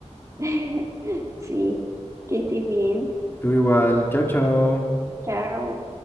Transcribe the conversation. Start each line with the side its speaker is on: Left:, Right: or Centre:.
Right: <laughs> Sí. Que estés bien.
Left: Tú igual. Chao, chao.
Right: Chao.